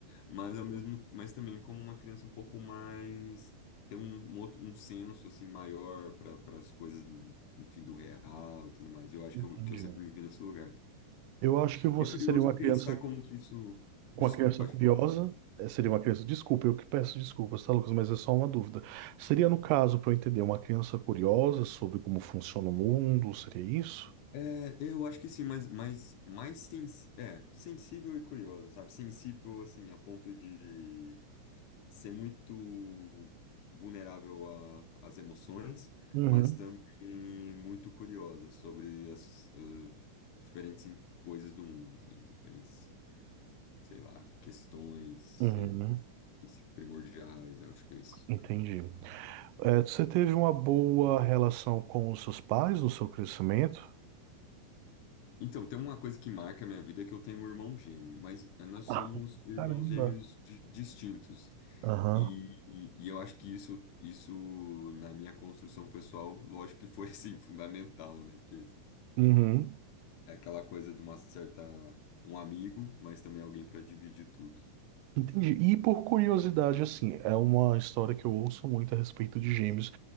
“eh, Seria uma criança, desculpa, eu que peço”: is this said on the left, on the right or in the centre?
Right